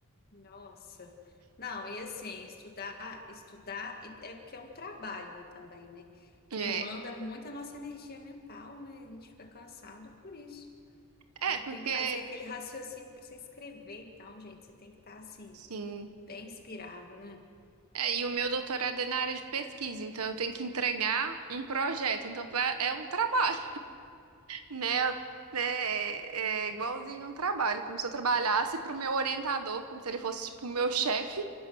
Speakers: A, on the left (about 45°); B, on the right (about 80°).
A: Nossa. Não, e assim, estudar, estudar e- é porque é um trabalho, né, também, né?
B: É,
A: Demanda muito a nossa energia mental, né? A gente fica cansado por isso.
B: é
A: Tem que,
B: porque,
A: tem que fazer aquele raciocínio para você escrever, então, gente, você tem que estar assim,
B: sim.
A: bem inspirado, né?
B: É, e o meu doutorado é na área de pesquisa, então eu tenho que entregar um projeto, então pra- é um trabalho. Né? Eu- né, É, é igualzinho um trabalho, como se eu trabalhasse para o meu orientador, como se ele fosse tipo o meu chefe,